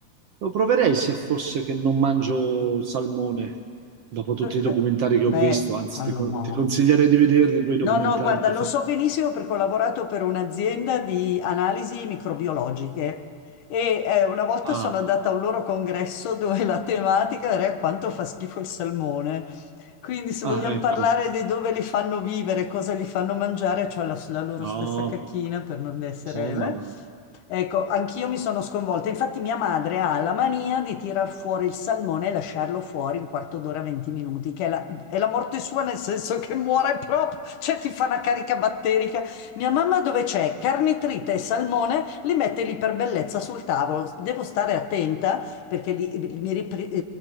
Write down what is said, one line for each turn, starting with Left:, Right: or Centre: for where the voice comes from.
Right: Lo proverei se fosse che non mangio salmone, dopo tutti
Left: perché,
Right: i documentari che
Left: beh,
Right: ho visto, anzi
Left: allora
Right: ti, co-
Left: mamma.
Right: ti consiglierei di vederli quei documentari.
Left: No, no, guarda,
Right: ti
Left: lo
Right: fa-
Left: so benissimo perché ho lavorato per un'azienda di analisi microbiologiche e eh, una volta
Right: Ah,
Left: sono andata a un loro congresso dove la tematica era quanto fa schifo il salmone. Quindi se
Right: ah,
Left: vogliamo
Right: ecco.
Left: parlare di dove li fanno vivere, cosa li fanno mangiare, cioè la, la loro
Right: No,
Left: stessa cacchina
Right: per-
Left: per non essere...
Right: oh mamma.
Left: eh.
Right: mia.
Left: Ecco, anch'io mi sono sconvolta. Infatti mia madre ha la mania di tirar fuori il salmone e lasciarlo fuori un quarto d'ora, 20 minuti, che è la, è la morte sua nel senso che muore proprio, cioè ti fa una carica batterica. Mia mamma dove c'è carnitrite e salmone li mette lì per bellezza sul tavolo. Devo stare attenta perché li- mi ripre-